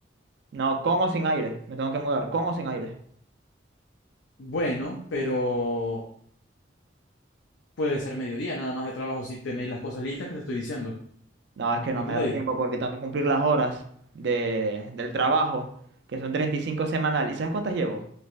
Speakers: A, on the right; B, on the left.
A: No, con o sin aire. Me tengo que mudar. ¿Con o sin aire?
B: Bueno, pero puede ser mediodía nada más de trabajo si tenéis las cosas listas que te estoy diciendo.
A: No, es que no
B: ¿Me entendéis?
A: me da tiempo porque tengo que cumplir las horas de, del trabajo, que son 35 semanal. ¿Y sabes cuántas llevo?